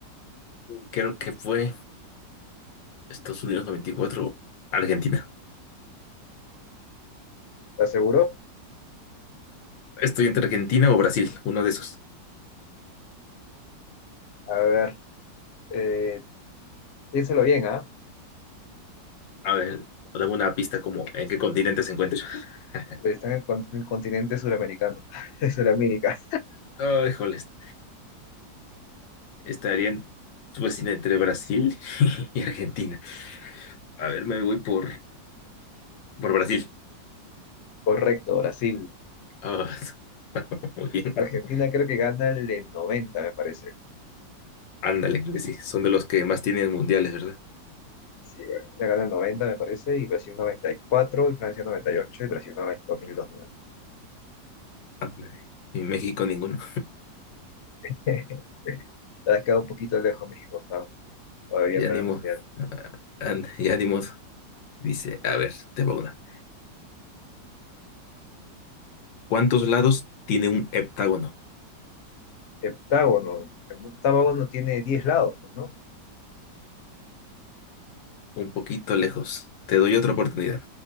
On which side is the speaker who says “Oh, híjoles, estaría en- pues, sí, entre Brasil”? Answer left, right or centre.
Left